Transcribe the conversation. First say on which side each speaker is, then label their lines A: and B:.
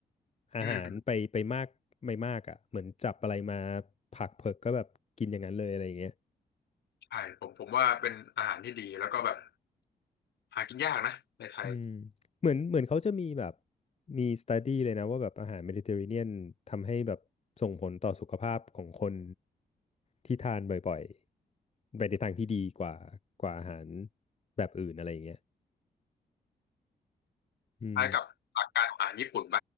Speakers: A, on the left; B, on the left.
A: ๆอืม
B: อาหารไปไปมากไม่มากอ่ะเหมือนจับอะไรมาผักเผือกก็แบบกินอย่างนั้นเลยอะไรอย่างเงี้ย
A: ใช่ผมผมว่าเป็นอาหารที่ดีแล้วก็แบบหากินยากนะในไทย
B: อืมเหมือนเหมือนเขาจะมีแบบมีสต u ดี้เลยนะว่าแบบอาหารเมดิเตอร์เรเนียนทำให้แบบส่งผลต่อสุขภาพของคนที่ทานบ่อยๆไปในทางที่ดีกว่ากว่าอาหารแบบอื่นอะไรอย่างเงี้ยอืม
A: คล้ายกับหลักการของอาหารญี่ปุ่นไป